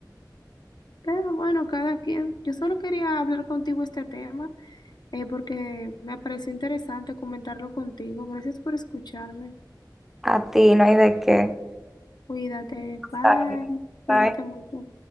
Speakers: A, on the left; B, in the centre.
A: Pero bueno, cada quien. Yo solo quería hablar contigo este tema eh, porque me pareció interesante comentarlo contigo. Gracias por escucharme.
B: A ti no hay de qué.
A: Cuídate, bye.
B: Ay,
A: Cuídate
B: ay.
A: mucho.